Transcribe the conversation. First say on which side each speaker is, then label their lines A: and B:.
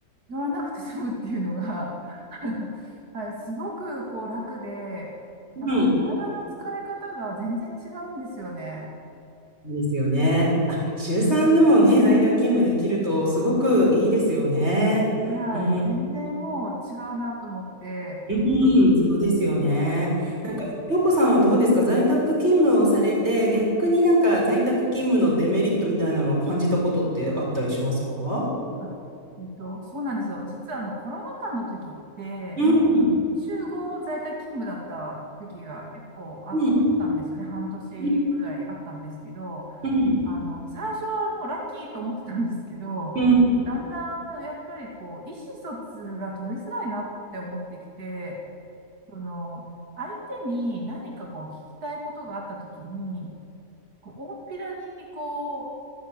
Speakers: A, on the right; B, on the right.
A: 乗らなくて済むっていうのが、<laughs> あの、はい、すごくこう楽で、
B: うん。
A: やっぱり体の疲れ方が全然違うんですよね。
B: ですよね。あ、週3でもね、在宅勤務できるとすごくいいですよね。
A: はい、
B: うん。
A: 全然もう違うなと思って、
B: うん、そうですよね。なんか、洋子さんはどうですか在宅勤務をされて、逆になんか在宅勤務のデメリットみたいなのは感じたことってあったりしますか
A: あえっと、そうなんですよ。実はあの、コロナ禍の時って、
B: うん。
A: もう、
B: うん。
A: 集合在宅勤務だった時が結構あったんですよね。
B: うん。
A: 半年ぐらいあったんですけど、
B: うん。
A: あの、最初はもうラッキーと思ってたんですけど、
B: うん
A: だんだん、やっぱりこう、意思疎通が取りづらいなって思ってきて、その、相手に何かこう、聞きたいことがあった時に、こう、大っぴらに、こう、